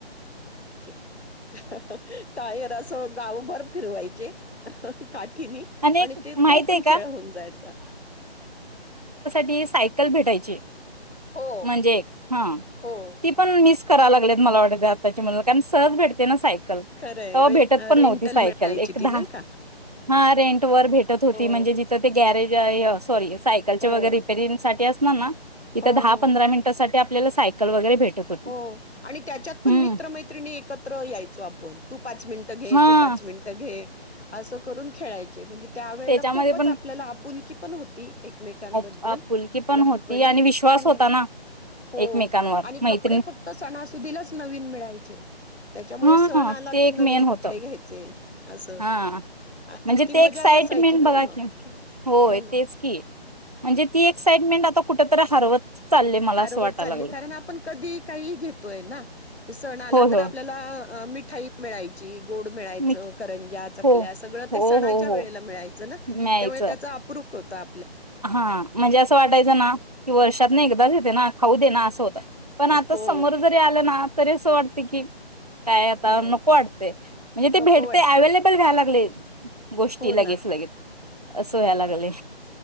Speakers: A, on the left; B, on the right.
A: <inaudible> <inaudible> जरासं गावभर फिरवायचे काठीनी आणि
B: एक
A: ते
B: माहित
A: तो पण
B: आहे
A: खेळ
B: का
A: होऊन जायचा.
B: ठी सायकल भेटायची
A: हो
B: म्हणजे हा
A: हो.
B: ती पण मीस करा लागल्यात मला वाटत आताच्या मुलाना कारण सहज भेटते ना सायकल तेव्हा
A: खरंय रे
B: भेटत पण
A: रेंटल
B: नव्हती सायकल
A: मिळायची
B: एक
A: ती
B: दहा
A: नाही का?
B: हा रे रेंट भेटत होती
A: हो
B: म्हणजे तिथं ते गॅरेज सॉरी सायकलचे
A: हो.
B: वगैरे रिपेरिंग साठी अस <unintelligible> तिथं
A: हो
B: दहा
A: हो.
B: पंधरा मिनिटासाठी आपल्याला सायकल वगैरे भेटत होती
A: हो आणि त्याच्यात पण
B: हम्म
A: मित्रमैत्रिणी एकत्र यायचो आपण तू पाच मिनिट घे
B: हा
A: तू पाच मिनिटं घे असं करून खेळायचे म्हणजे त्या वेळेला
B: त्याच्यामध्ये
A: खूपच
B: पण
A: आपल्याला आपुलकी पण होती. एकमेकांबद्दल
B: आपुलकी पण
A: लहानपणी
B: होती आणि विश्वास
A: हम्म.
B: होता ना
A: हो
B: एकमेकांवर
A: आणि
B: माहिती
A: कपडे फक्त सणासुदीलाच नवीन मिळायचे त्याच्यामुळे
B: हा
A: सण आला
B: ते
A: की
B: एक
A: नवीन
B: मेन
A: कपडे
B: होत
A: घ्यायचे अस आणि
B: हा म्हणजे
A: ती
B: ते
A: मजाच
B: एक्साइटमेंट
A: असायची ना
B: बघा
A: म
B: की होय
A: हो ना.
B: तेच की म्हणजे ती एक्साइटमेंट आता कुठंतरी हरवत चालले मला
A: हारवत
B: असं वाटायला
A: चालली
B: लागलं.
A: कारण आपण कधी काही घेतोय ना सण आला
B: होय
A: तर आपल्याला
B: होय.
A: मिठाई मिळायची. गोड मिळायचं
B: मी
A: करंजा चकल्या
B: हो
A: सगळ ते
B: हो
A: सणाच्या
B: हो हो
A: वेळेला मिळायच.
B: न्यायचं
A: त्यावेळी त्याचे अप्रू कोता.
B: हा म्हणजे असं वाटायचं ना की वर्षात नाही एकदाच येते ना खाऊ दे ना असं होत. पण आता
A: हो
B: समोर जरी आलं ना तरी असं वाटतं की काय आता
A: हो
B: नको वाटते म्हणजे
A: नको
B: ते भेटते
A: वाटत
B: अव्लेबल व्यायला लागले. गोष्टी
A: हो
B: लगेच
A: ना
B: लगेच असं व्हाय लागले.